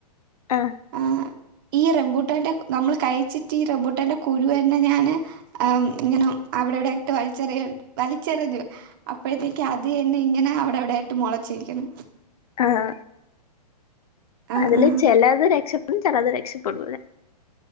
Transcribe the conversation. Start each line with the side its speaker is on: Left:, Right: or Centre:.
Left: ആഹ്
Right: ആ ഈ റെംബൂട്ടാന്റെ ക്ക് നമ്മൾ കഴിച്ചിട്ട് ഈ റെംബൂട്ടാന്റെ കുരുന്നെ ഞാന് ഇങ്ങനെ അവിടവിടെവിടായിട്ട് വലിച്ചെറിയവലിച്ചെറിഞ്ഞു അപ്പോഴത്തേക്ക് അത് യെന്നെ ഇങ്ങനെ, അവിടെവിടെ ട്ട് മുളച്ചക്കുന്നു
Left: ആഹ
Right: ആ
Left: അതില്
Right: ആ
Left: ചെലത് രക്ഷപ്പെടും ചെലത് രക്ഷപ്പെടുംല്ലാ